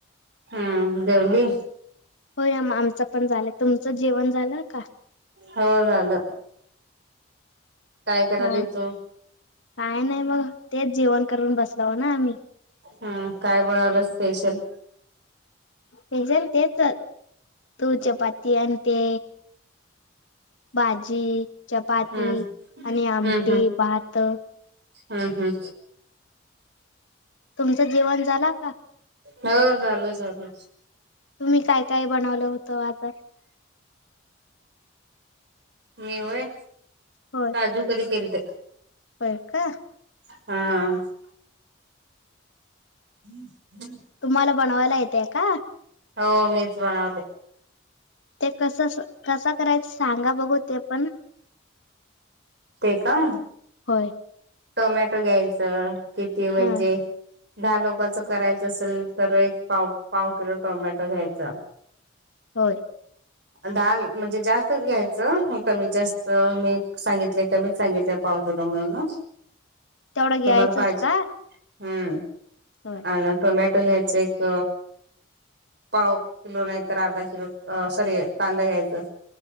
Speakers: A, on the right; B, on the left.
A: हम देवली
B: हो आ आमचं पण झालं तुमचं जेवण झालं का
A: हो झाल काय करायल
B: हो
A: य तो
B: काय नाही बग तेच जेवण करून बसलाव ना आम्ही
A: हम्म काय बनवलं स्पेशल
B: स्पेशल तेच तू चपाती आण ते भाजी चपाती
A: हम्म
B: आणि आमटी
A: हम्म हम्म
B: भात
A: हम्म हम्म
B: तुमचं जेवण झाला का?
A: हो झालं झालं
B: तुम्ही काय काय बनवलं होतं आता?
A: मी होय
B: होय
A: काजू करी केल ते
B: होय का
A: हा हम्म हम्म
B: तुम्हाला बनवायला येतय का?
A: हो मीच बनवले.
B: ते कसं कसं करायचं सांगा बघू ते पण
A: ते का
B: होय
A: टोमॅटो घ्यायचं किती म्हणजे
B: हा
A: दहा लोकांचं करायचं असेल तर एक पाव पाव किलो टोमॅटो घ्यायचा
B: होय
A: डाल म्हणजे जास्तच घ्यायचं कमीत जास्त मी सांगितले कमीच सांगितले. पाऊसाच म
B: तेवढा घ्यायचंच
A: तुम्हाला पाहिजे
B: का
A: हम्म
B: होय
A: आणि टोमॅटो घ्यायच एक पाव किलो नाही तर अर्धा किलो सॉरी कांदा घ्यायचं.